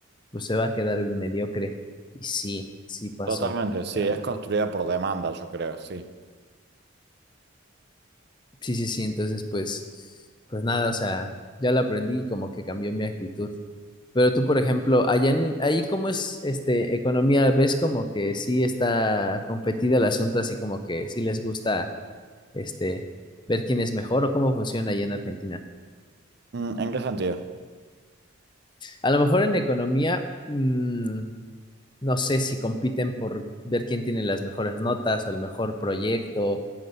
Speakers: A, on the left; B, on the right.
A: pues se va a quedar mediocre. Y sí, sí pasó.
B: Totalmente, sí,
A: O sea,
B: es construida por demanda, yo creo, sí.
A: sí, sí, sí. Entonces, pues, pues nada, o sea, ya lo aprendí y como que cambió mi actitud. Pero tú, por ejemplo, allá en, ahí cómo es este economía, ¿ves como que sí está competida el asunto, así como que sí les gusta este ver quién es mejor o cómo funciona allá en Argentina?
B: Mm, ¿En qué sentido?
A: A lo mejor en economía, mm, no sé si compiten por ver quién tiene las mejores notas o el mejor proyecto,